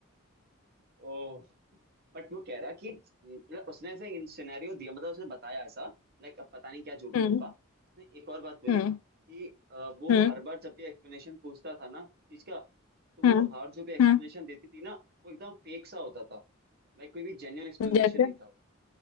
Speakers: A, on the right (about 50°); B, on the left (about 75°).
A: ओ बट वो कह रहा कि मतलब उसने ऐसे इन सिनेरियो दिया मतलब उसने बताया ऐसा लाइक अब पता नहीं क्या जो भी
B: हम्म
A: होगा उसने एक और बात बोली
B: हम्म
A: कि अ, वो
B: हम्म
A: हर बार जब भी एक्सप्लेनेशन पूछता था ना चीज का तो वो
B: हम्म
A: हर जो भी एक्सप्लेनेशन
B: हम्म
A: देती थी ना वो एकदम फेक सा होता था लाइक कोई भी जेन्युइन एक्सप्लेनेशन
B: जैसे
A: नहीं था वो